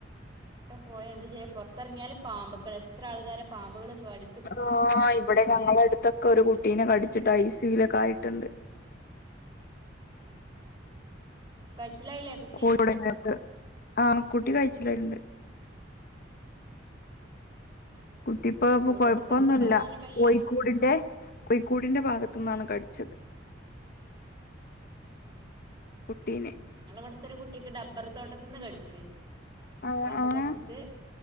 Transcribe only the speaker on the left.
ആ ഇവിടെ ഞങ്ങളെ എടുത്തൊക്കെ ഒരു കുട്ടീനെ കടിച്ചിട്ട് ഐസിയു ലൊക്കെ ആയിട്ടുണ്ട്
<unintelligible> ആഹ കുട്ടി കഴിച്ചില്ലായിട്ടുണ്ട്
കുട്ടിപ്പോ
കൊഴപ്പൊന്നും
ല്ല
കോഴിക്കൂടിന്റെ കോഴിക്കൂടിന്റെ ഭാഗത്ത്ന്നാണ് കടിച്ചത് കുട്ടീനെ
ആഹ്
ആഹ്